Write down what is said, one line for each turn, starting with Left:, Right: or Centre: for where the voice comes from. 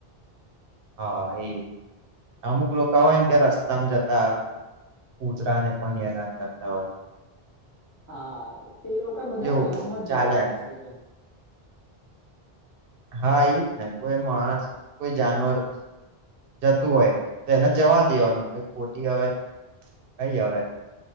Right: હા, એ અમુક લોકા હોય ન કે રસ્તામ જતા. કુતરા ને પણ હેરાન કરતા હોય.
Left: હા, તે લોકા બધા
Right: એવું
Left: નરકમાં
Right: બધું
Left: જ
Right: ચાલ્યા
Left: જવાના
Right: કરે
Left: છે ત્યા.
Right: હા, ઈ જ ને, કોઈ માણસ, કોઈ જાનવર જતું હોય તો એને જવા દેવાનું. ખોટી હવે, કઈ હવે?